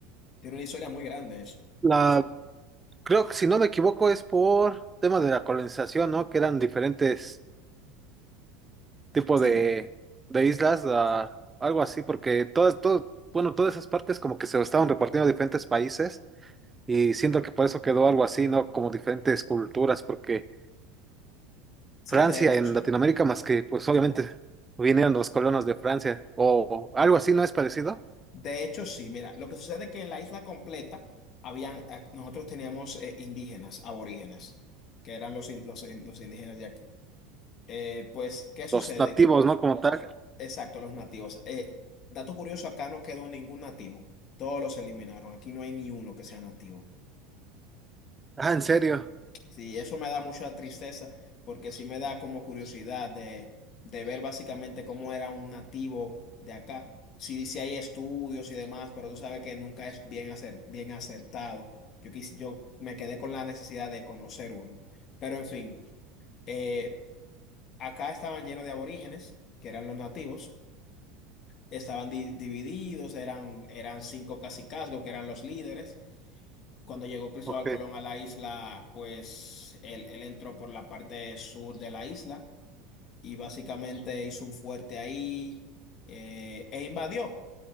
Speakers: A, on the left; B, on the right.
A: Tiene una historia muy grande eso.
B: La, creo que si no me equivoco es por tema de la colonización, ¿no? Que eran diferentes tipo
A: Sí.
B: de, de islas, a algo así, porque todas, todo, bueno, todas esas partes como que se estaban repartiendo a diferentes países y siento que por eso quedó algo así, ¿no? Como diferentes culturas, porque
A: Sí,
B: Francia
A: de hecho,
B: en
A: sí.
B: Latinoamérica, más que pues obviamente vinieron los colonos de Francia o, o algo así, ¿no es parecido?
A: De hecho, sí, mira, lo que sucede es que en la isla completa habían, eh, nosotros teníamos eh, indígenas, aborígenes, que eran los, in- los, in- los indígenas de aquí. Eh, pues, ¿qué sucede?
B: Los nativos, ¿no? Como tal.
A: Exacto, los nativos. Eh, dato curioso, acá no quedó ningún nativo. Todos los eliminaron. Aquí no hay ni uno que sea nativo.
B: Ah, ¿en serio?
A: Sí, eso me da mucha tristeza porque sí me da como curiosidad de, de ver básicamente cómo era un nativo de acá. Sí, sí hay estudios y demás, pero tú sabes que nunca es bien, acer- bien acertado. Yo, quis- yo me quedé con la necesidad de conocer uno. Pero en fin, eh, acá estaban llenos de aborígenes, que eran los nativos, estaban di- divididos, eran, eran cinco cacicazgos, que eran los líderes. Cuando llegó Cristóbal
B: Ok.
A: Colón a la isla, pues él, él entró por la parte sur de la isla y básicamente hizo un fuerte ahí eh, e invadió.